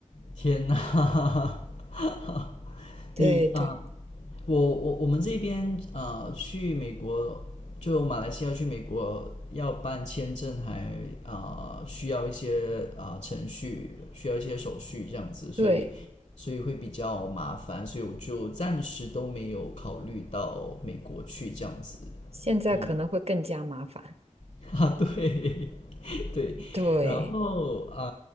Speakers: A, on the left; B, on the right.
A: 天哪！<laughs>
B: 对对
A: 你啊、呃我我我们这边啊呃去美国，就马来西亚去美国要办签证还，还呃啊需要一些啊、呃程序，需要一些手续这样子，所以所以会比较麻烦，
B: 对。
A: 所以我就暂时都没有考虑到美国去这样子。
B: 现在可能会更加麻烦。
A: 嗯，<laughs> 啊，对 <laughs> 对，
B: 对，
A: 然后啊